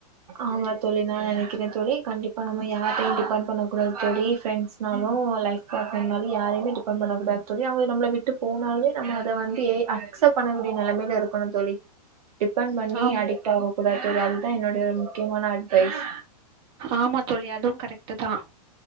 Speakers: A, on the right (about 65°); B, on the right (about 40°).
A: ஆமா தோழி நா நெனைக்குறே தோழி கண்டிப்பா இப்ப நம்ம யாரையு டிபெண்ட் பண்ணக்க கூடாது தோழி ஃப்ரெண்ட்ஸ்னாலு லைஃப் பாட்னர்னாலு யாரையுமே டிபெண்ட் பண்ணக்க கூடாது தோழி அவங்க நம்ள விட்டு போனாலுமே நம்ம அத வந்து எத் அக்செப்ட் பண்ணக்கூடிய நெலமைல இருக்கணு தோழி டிபெண்ட் பண்ணி
B: ஆம்
A: அடிக்ட்டாக கூடாது <unintelligible> இதா என்னோடைய ஒரு முக்கியமான அட்வைஸ்
B: ஆமா தோழி அதுவும் கரெக்ட் தான்